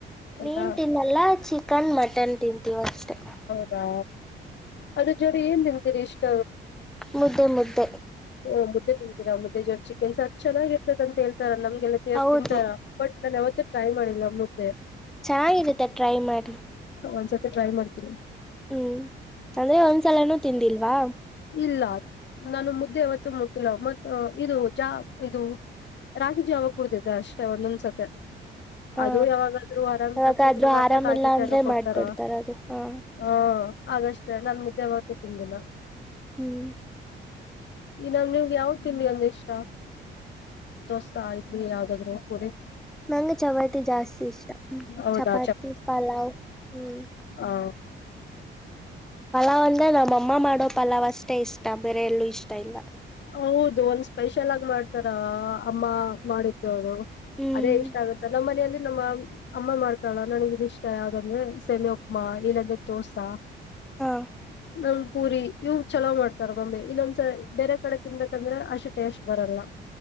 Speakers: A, in the centre; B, on the left (about 65°).
A: ಮೀನ್
B: ಅಂತ
A: ತಿನ್ನಲ್ಲ ಚಿಕನ್ ಮಟನ್ ತಿಂತೀವಿ ಅಷ್ಟೇ.
B: ಹಾ ಅದರ್ ಜೋಡಿ ಏನ್ ತಿನ್ತೀರಿ ಇಷ್ಟ
A: ಮುದ್ದೆ ಮುದ್ದೆ
B: ಓ ಮುದ್ದೆ ತಿಂತೀರಾ ಮುದ್ದೆ ಜೋತೆ ಚಿಕ್ಕನ್ ಸಾರ್ ಚೆನ್ನಾಗಿರ್ತದಂತ ಹೇಳ್ತಾರೆ ನಮ್ಗೆಲ್ಲ ತೇವ
A: ಹೌದು
B: ತಿಂತಾರ ಬಟ್ ನಾನ್ ಯಾವತ್ತ ಟ್ರೈ ಮಾಡಿಲ್ಲ ಮುದ್ದೆ
A: ಚೆನ್ನಾಗಿರುತ್ತೆ ಟ್ರೈ ಮಾಡಿ
B: ಒಂದ್ ಸತ ಟ್ರೈ ಮಾಡ್ತೀರಾ
A: ಹ್ಮ್ ಅಂದ್ರೆ ಒಂದ್ಸಲನೂ ತಿಂದಿಲ್ವಾ
B: ಇಲ್ಲ ನಾನು ಮುದ್ದೆ ಯಾವತ್ತು ಮುಟ್ಟಿಲ್ಲ ಮಟ್ ಇದು ಜಾ ಇದು ರಾಗಿ ಜಾವ ಕುೂಡಿದಿದೆ ಅಷ್ಟೇ ಒಂದೊಂದ್ಸತಿ
A: ಹ
B: ಅದು ಯಾವಾಗಾದ್ರೂ ಆರಾಮ್
A: ಯಾವಾಗಾದ್ರೂ
B: ತಪ್ಪಿದ್ರೆ ಮಾತ್ರ
A: ಆರಾಮಿಲ್ಲ
B: ರಾಗಿ ಜಾಗ
A: ಅಂದ್ರೆ
B: ಕೊಡ್ತಾರ
A: ಮಾಡ್ಕೊಡ್ತಾರ ಅದು ಹಾ
B: ಹಾ ಹಾಗಷ್ಟೇ ನಾನ ಮುದ್ದೆ ಯಾವತ್ತೂ ತಿಂದಿಲ್ಲ
A: ಹ್ಮ್
B: ಇ ನ್ ನಿಮ್ಗೆ ಯಾವ್ದ ತಿನ್ನಿ ಅಂದೆ ಇಷ್ಟ ದೋಸಾ ಆಯ್ವಿ ಯಾವ್ದಾದ್ರು ಪೂರಿ
A: ನಂಗೆ ಚಪಾತಿ ಜಾಸ್ತಿ ಇಷ್ಟಾ
B: ಹೌದಾ
A: ಚಪಾತಿ ಪಲಾವ್ ಹ್ಮ್
B: ಹಾ
A: ಪಲಾವ್ ಅಂದ್ರೆ ನಮ್ಮ ಅಮ್ಮ ಮಾಡೋ ಪಲಾವ್ ಅಷ್ಟೇ ಇಷ್ಟ ಬೇರೆ ಎಲ್ಲೂ ಇಷ್ಟ ಇಲ್ಲಾ
B: ಹೌದು ಒಂದ್ ಸ್ಪೆಷಲ್ ಆಗಿ ಮಾಡ್ತಾರ ಅಮ್ಮ ಮಾಡಿದ್ದುದುರು
A: ಹ್ಮ್
B: ಅದೇ ಇಷ್ಟ ಆಗುತ್ತ ನಮ್ಮ್ ಮನೆಯಲ್ಲಿ ನಮ್ಮ ಅಮ್ಮ ಮಾಡ್ತಳ ನನಗೆ ಇದಿಷ್ಟ ಯಾಾವ್ದಂದ್ರೆ ಸೆಮಿ ಉಪ್ಪಮಾ ಇಲ್ಲಾಂದ್ರೆ ದೋಸಾ
A: ಹಾ
B: ನಂಗ್ ಪೂರಿ ಇವ್ ಚಲೋ ಮಾಡ್ತಾರ ಮಮ್ಮಿ ಇನ್ನೊಂದ್ಸ ಬೇರೆ ಕಡೆ ತಿನ್ಬೇಕಂದ್ರೆ ಅಷ್ಟು ಟೇಸ್ಟ್ ಬರಲ್ಲ